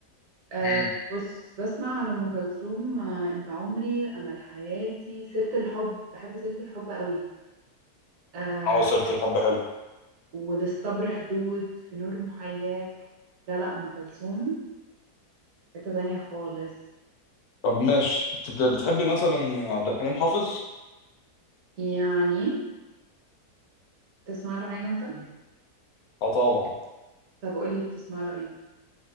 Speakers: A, on the right; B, on the left.
A: آه
B: امم
A: بص بسمع لام كلثوم آه انت عمري امل حياتي سيره الحب بحب سيره الحب قوي آه
B: عواصر الحب حلو
A: وللصبر حدود في نور محياك لا لا ام كلثوم حته تانية خالص
B: طب ماشي انت بت- بتحبي مثلا عبد الحليم حافظ
A: يعني تسمع له حاجه انت
B: اه طبعا
A: طب قولي بتسمع له ايه